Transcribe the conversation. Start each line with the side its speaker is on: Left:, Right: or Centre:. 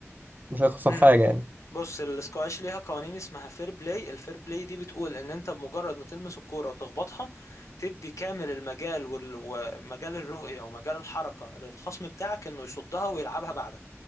Right: مش هيخسر
Left: إمم.
Right: حاجة يعني
Left: بص الاسكواش ليها قوانين اسمها فير بلاي الفير بلاي دي بتقول ان انت بمجرد ما تلمس الكوره وتخبطها تدي كامل المجال وال- ومجال الرؤيه ومجال الحركه للخصم بتاعك انه يصدها ويلعبها بعدك